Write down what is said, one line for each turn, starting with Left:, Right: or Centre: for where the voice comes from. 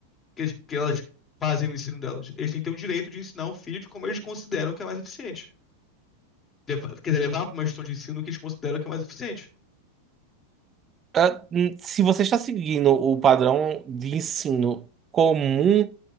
Left: que, eles- que elas fazem o ensino delas, eles têm que ter o direito de ensinar o filho de como eles consideram que é mais eficiente. Leva, quer dizer, levar para uma instituição de ensino que eles consideram que é mais eficiente.
Right: Ah, hum, Se você está seguindo o padrão de ensino comum